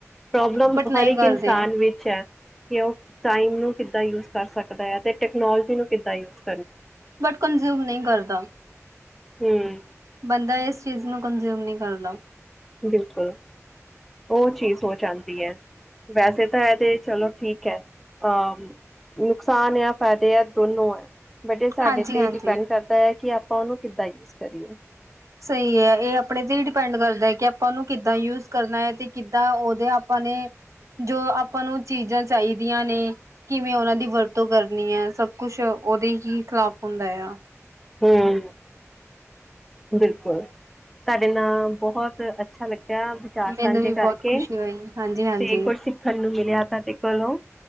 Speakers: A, in the centre; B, on the right (about 70°).
A: ਪ੍ਰੋਬਲਮ
B: ਬਟ ਨਹੀਂ
A: ਹਰ ਇੱਕ
B: ਕਰਦੇ
A: ਇਨਸਾਨ ਵਿੱਚ ਹੈ ਕਿ ਉਹ ਟਾਈਮ ਨੂੰ ਕਿੱਦਾਂ ਯੂਜ ਕਰ ਸਕਦਾ ਹੈ ਤੇ ਟੈਕਨੋਲੋਜੀ ਨੂੰ ਕਿੱਦਾਂ ਯੂਜ਼
B: ਬਟ ਕੰਨਜ਼ਿਊਮ ਨਹੀਂ ਕਰਦਾ
A: ਹਮ
B: ਬੰਦਾ ਇਸ ਚੀਜ਼ ਨੂੰ ਕੰਜ਼ਿਊਮ ਨਹੀਂ ਕਰਦਾ
A: ਬਿਲਕੁਲ ਉਹ ਚੀਜ਼ ਹੋ ਜਾਂਦੀ ਹੈ ਵੈਸੇ ਤਾਂ ਇਹ ਤੇ ਚਲੋ ਠੀਕ ਹੈ ਅਹ ਨੁਕਸਾਨ ਜਾਂ ਫ਼ਾਇਦੇ ਹੈ ਦੋਨੋ ਹੈ ਵਡੇ ਸਾਡੇ
B: ਹਾਂਜੀ
A: ਤੇ
B: ਹਾਂਜੀ
A: ਡਿਪੈਂਡ ਕਰਦਾ ਹੈ ਕਿ ਆਪਾਂ ਉਹਨੂੰ ਕਿੱਦਾਂ ਯੂਜ ਕਰੀਏ
B: ਸਹੀ ਹੈ ਇਹ ਆਪਣੇ ਤੇ ਹੀ ਡਿਪੈਂਡ ਕਰਦਾ ਹੈ ਕਿ ਆਪਾਂ ਉਹਨੂੰ ਕਿੱਦਾਂ ਯੂਜ ਕਰਨਾ ਹੈ ਤੇ ਕਿੱਦਾਂ ਉਹਦੇ ਆਪਾਂ <unintelligible> ਜੋ ਆਪਾਂ ਨੂੰ ਚੀਜ਼ਾਂ ਚਾਹੀਦੀਆਂ ਨੇ ਕਿਵੇਂ ਉਹਨਾਂ ਦੀ ਵਰਤੋਂ ਕਰਨੀ ਹੈ ਸਭ ਕੁਛ ਉਹਦੇ ਹੀ ਕੀ ਖਿਲਾਫ ਹੁੰਦਾ ਆ
A: ਹਮ ਬਿਲਕੁਲ ਤੁਹਾਡੇ ਨਾਲ ਬਹੁਤ ਅੱਛਾ ਲੱਗ ਕਿਆ ਵਿਚਾਰ
B: ਮੈਨੂੰ
A: ਸਾਂਝੇ
B: ਵੀ ਬਹੁਤ
A: ਕਰਕੇ
B: ਖੁਸ਼ੀ ਹੋਈ ਹਾਂਜੀ ਹਾਂਜੀ
A: ਤੇ ਕੋ ਸਿੱਖਣ ਨੂੰ ਮਿਲਿਆ ਤੁਡੇ ਕੋਲੋਂ